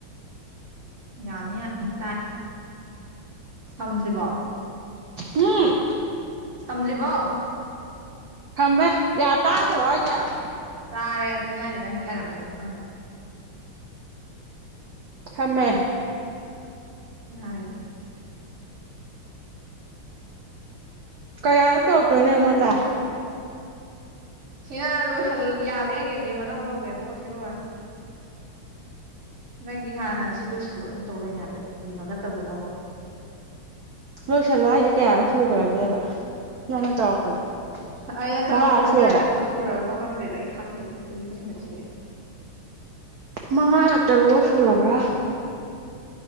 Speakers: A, on the right; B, on the right.
A: ꯌꯥꯅꯤ ꯌꯥꯅꯤ ꯇꯥꯏ ꯁꯝꯗ꯭ꯔꯤꯕꯣ
B: ꯎꯝ
A: ꯁꯝꯗ꯭ꯔꯤꯕꯣ
B: ꯁꯝꯃꯦ ꯌꯥ ꯇꯥꯗ꯭ꯔꯣ ꯍꯥꯏꯁ‌ꯦ
A: ꯇꯥꯔꯦ ꯑꯗꯨꯅ ꯍꯥꯏꯗꯤ ꯅꯪ ꯌꯥꯔꯝꯗꯧ ꯃꯥꯟꯕ
B: ꯁꯃꯃꯦ
A: ꯌꯥꯔ‌ꯦ ꯑꯗꯨꯗꯤ
B: ꯀꯌꯥꯗꯛ ꯇꯧꯔꯛꯇꯣꯏꯅꯣ ꯑꯩꯉꯣꯟꯗ
A: ꯁꯤꯅ ꯂꯣꯏꯍꯜ ꯌꯥꯕ꯭ꯔꯥ ꯌꯦꯡꯒꯦ ꯃ‌ꯦꯝꯃꯗ ꯑꯝ ꯇꯧꯒꯦ ꯑꯗꯨꯒ ꯁꯤ ꯂꯣꯏꯔꯒ ꯅꯪꯒꯤ ꯍꯥꯟꯅ ꯁꯤ ꯂꯣꯏꯁꯤꯜꯂꯣ ꯑꯃ ꯇꯧ ꯂꯩꯅꯦ ꯍꯥꯏꯕ ꯃꯤ ꯑꯃꯒ ꯇꯧꯒꯗꯧꯕ <unintelligible>
B: ꯂꯣꯏꯁꯜꯂꯣ ꯍꯥꯏꯁꯦ ꯀꯌꯥꯔꯛ ꯁꯨꯈ꯭ꯔꯒꯦꯕ ꯅꯪꯅ ꯇꯧꯔꯛꯄꯗ
A: ꯑꯩꯅ
B: ꯃꯉꯥꯔꯛ
A: ꯇꯧꯔꯛꯄꯗ
B: ꯁꯨꯔꯕꯣ
A: ꯀꯌꯥꯔꯛꯅꯣ ꯁꯨꯔꯒ ꯈꯪꯗꯦꯗ ꯑꯩ ꯈꯪꯗꯦ ꯑꯩꯒꯤ ꯃꯁꯤꯡꯅ ꯊꯤꯗ꯭ꯔꯦꯗꯣ
B: ꯃꯉꯥꯔ ꯇꯔꯨꯔꯛ ꯁꯨꯔꯕ꯭ꯔꯥ